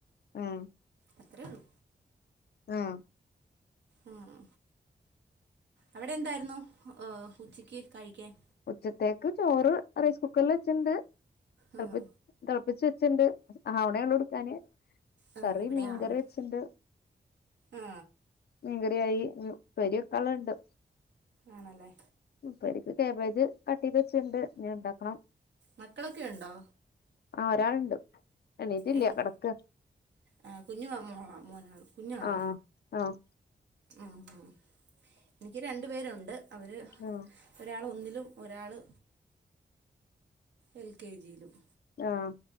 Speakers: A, on the left; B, on the right.
A: ആ
B: അത്രേ ഒള്ളൂ
A: ആഹ്
B: ആഹ് അവിടെ എന്തായിരുന്നു ഉച്ചക്ക് കഴിക്കാൻ
A: ഉച്ചത്തേക്ക് ചോറ് റൈസ് കുക്കറിൽ വെച്ചിണ്ട് തെളപ്പി
B: ഉം.
A: തെളപ്പിച്ച് വെച്ചിണ്ട് ആവണേ ഒള്ളൂ എടുക്കാന്
B: ആ,
A: കറി
B: ഇവിടെ
A: മീൻകറി
B: ആവില്ല
A: വെച്ചിട്ടുണ്ട്
B: ആ
A: മീൻകറിയായി ഇനി ഉപ്പേരി വെക്കാനുള്ളതുണ്ട്
B: ആണല്ലേ
A: ഉപ്പേരിക്ക് കാബേജ് കട്ട് ചെയ്ത് വച്ചിണ്ട് ഇനി ഇണ്ടാക്കണം
B: മക്കളൊക്കെ ഉണ്ടോ
A: ആ ഒരാളുണ്ട് എണീറ്റില്ല
B: എങ്-
A: കെടക്കുവാ
B: ആ കുഞ്ഞ് മോള മോനാണോ കുഞ്ഞാണോ
A: ആഹ് ആഹ്
B: ഉം ഉം എനിക്ക് രണ്ട് പേരുണ്ട് അവര്
A: ആഹ്
B: ഒരാള് ഒന്നിലും ഒരാള് എൽ കെ ജീലും.
A: ആഹ്